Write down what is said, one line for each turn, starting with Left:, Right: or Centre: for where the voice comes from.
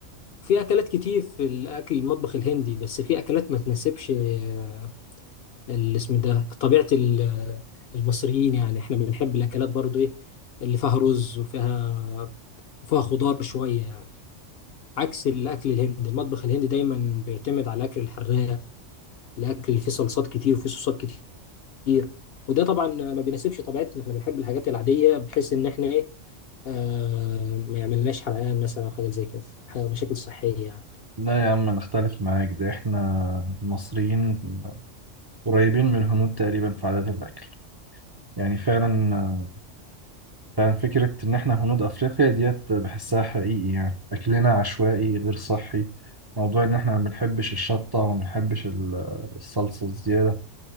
Left: في أكلات كتير في الأكل المطبخ الهندي بس في أكلات ما تناسبش آه، الاسم ده طبيعة ال- آه، المصريين يعني إحنا بنحب الأكلات برضو إيه اللي فيها رز وفيها وفيها خضار شوية يعني عكس الأكل الهندي المطبخ الهندي دايما بيعتمد على الأكل الحراق الأكل اللي فيه صلصات كتير وفيه صوصات كتير كتير وده طبعا ما بيناسبش طبيعتنا احنا بنحب الحاجات العاديه بحيث ان احنا ايه آه ما يعملناش حرقان مثلا او حاجه زي كده حاجة- مشاكل صحيه يعني
Right: لا يا عم انا اختلف معاك ده احنا المصريين قريبين من الهنود تقريبا في عادات الاكل يعني فعلا آه، فعلا فكره ان احنا هنود افريقيا ديت بحسها حقيقي يعني اكلنا عشوائي غير صحي موضوع ان احنا ما بنحبش الشطه وما بنحبش ال- الصلصه الزياده